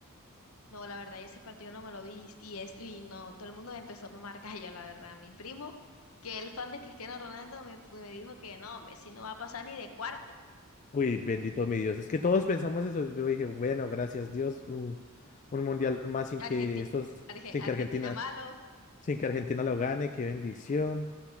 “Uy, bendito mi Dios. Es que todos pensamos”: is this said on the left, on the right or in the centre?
Left